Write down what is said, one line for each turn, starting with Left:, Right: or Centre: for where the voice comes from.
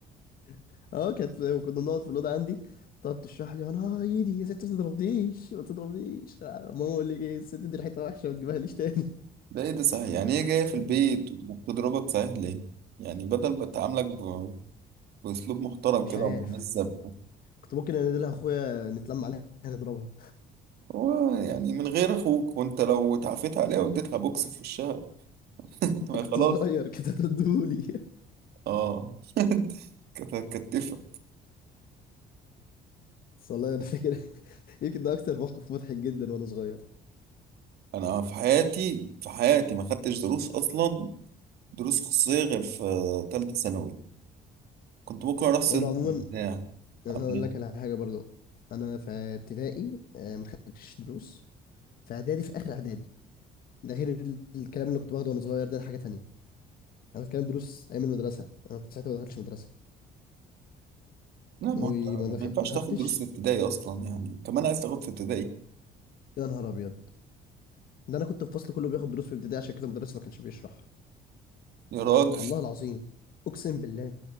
Left: <laughs> اه كانت كنا بنقعد في الاوضه عندي تقعد تشرح لي انا ايدي يا ست ما تضربنيش ما تضربنيش آه، ماما اقول لك ايه الست دي ريحتها وحشه ما تجيبها ليش تاني
Right: ده ايه ده صحيح يعني هي جاية في البيت وبتضربك صحيح ليه يعني بدل ما تعاملك ب... بأسلوب محترم
Left: <laughs> مش
Right: كده
Left: عارف
Right: ومهذب
Left: كنت ممكن انادلها اخويا نتلم عليها نضربها
Right: هو يعني من غير اخوك وانت لو اتعافيت عليها واديتها بوكس في وشها ما
Left: <laughs> كنت
Right: هي خلاص
Left: صغير كده تدولي
Right: اه <laughs> كانت هتكتفك
Left: والله انا فاكر <laughs> يمكن ده اكتر موقف مضحك جدا وانا صغير
Right: انا في حياتي في حياتي ما خدتش دروس اصلا دروس خصوصية غير في ثالثة ثانوي كنت ممكن اروح سنة
Left: وانا عموما
Right: بتاع
Left: انا
Right: قبلها
Left: اقول لك على حاجه برضو انا في ابتدائي آه، ما خدتش دروس في اعدادي في اخر اعدادي ده غير ال- الكلام اللي كنت باخده وانا صغير ده حاجه تانية انا بتكلم دروس ايام المدرسه انا كنت ساعتها ما دخلتش مدرسه
Right: لا ما
Left: وما
Right: انت
Left: دخل
Right: ما ينفعش
Left: ما خدتش
Right: تاخد دروس في ابتدائي اصلا يعني كمان عايز تاخد في ابتدائي
Left: يا نهار ابيض ده انا كنت في فصل كله بياخد دروس في ابتدائي عشان كده المدرس ما كانش بيشرح
Right: يا راجل
Left: والله العظيم اقسم بالله